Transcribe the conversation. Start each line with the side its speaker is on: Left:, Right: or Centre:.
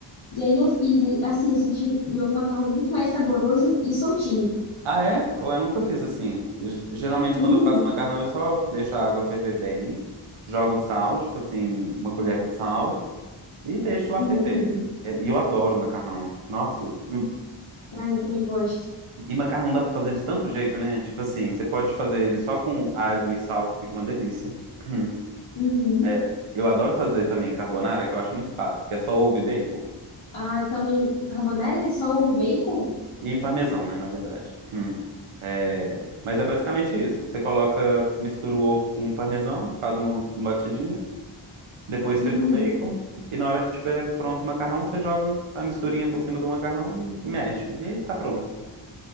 Left: E aí eu fiz, e, assim, eu senti meu macarrão muito mais saboroso e soltinho.
Right: Ah, é? Ou eu nunca fiz assim. G- Geralmente,
Left: Uhum,
Right: quando eu faço macarrão, eu só deixo a água ferver bem, jogo sal, tipo assim, uma colher de sal, e deixo lá
Left: uhum.
Right: ferver. É, E eu adoro macarrão. Nossa, eu-
Left: Ah, eu também gosto.
Right: e macarrão dá pra fazer de tanto jeito, né? Tipo assim, você pode fazer ele só com alho e sal, que fica uma delícia. <clears throat>
Left: Uhum.
Right: É, eu adoro fazer também carbonara, que eu acho muito fácil, que é só ovo e bacon.
Left: Ah, eu também, carbonara é só ovo e bacon?
Right: E parmesão, né, na verdade. Hum. É, mas é basicamente isso. Você coloca, mistura o ovo com parmesão, faz uma batidinha, depois
Left: Uhum.
Right: frita o bacon, e na hora que tiver pronto o macarrão, você joga a misturinha por cima do macarrão e mexe. E aí tá pronto.